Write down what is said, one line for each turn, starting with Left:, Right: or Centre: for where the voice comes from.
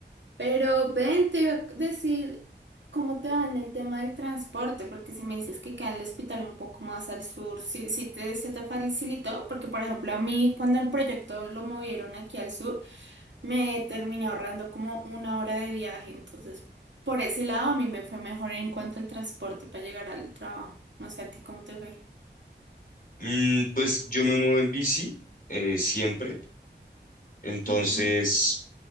Right: Pero ven, te iba a decir cómo te va en el tema del transporte, porque si me dices que queda en el hospital un poco más al sur, sí, sí te, se te facilitó, porque por ejemplo a mí cuando el proyecto lo movieron aquí al sur, me terminé ahorrando como una hora de viaje, entonces por ese lado a mí me fue mejor en cuanto al transporte para llegar al trabajo. No sé, a ti cómo te fue.
Left: Mm, pues yo me muevo en bici, eh, siempre, entonces...
Right: Ujú.